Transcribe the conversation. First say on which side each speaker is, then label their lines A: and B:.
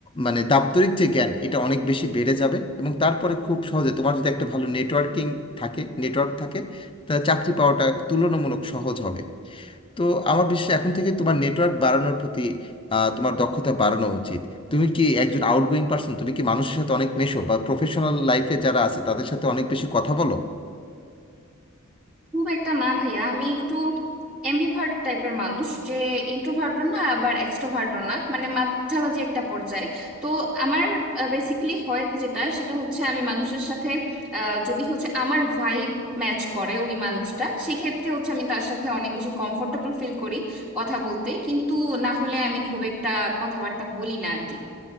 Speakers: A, on the left; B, in the centre.
A: মানে দাপ্তরিক যে জ্ঞান এটা অনেক বেশি বেড়ে যাবে এবং তারপরে খুব সহজে তোমার যদি একটা ভালো নেটওয়ার্কিং থাকে নেটওয়ার্ক থাকে তা চাকরি পাওয়াটা তুলনামূলক সহজ হবে তো আমার বিশ্বাস এখন থেকে তোমার নেটওয়ার্ক বাড়ানোর প্রতি আহ, তোমার দক্ষতা বাড়ানো উচিত তুমি কি একজন আউটগোয়িং পার্সন তুমি কি মানুষের সাথে অনেক মেশো বা প্রফেশনাল লাইফে যারা আছে তাদের সাথে অনেক বেশি কথা বলো
B: খুব একটা না ভাইয়া আমি একটু এমবিভার্ট টাইপের মানুষ যে ইন্ট্রোভার্টও না আবার এক্সট্রোভার্টও না মানে মাঝামাঝি একটা পর্যায়ে তো আমার বেসিকলি হয় যেটা সেটা হচ্ছে আমি মানুষের সাথে আহ, যদি হচ্ছে আমার ভাইব ম্যাচ করে ওই মানুষটা সেক্ষেত্রে হচ্ছে আমি তার সাথে অনেক বেশি কমফোর্টেবল ফিল করি কথা বলতে কিন্তু না হলে আমি খুব একটা কথাবার্তা বলি না আর কি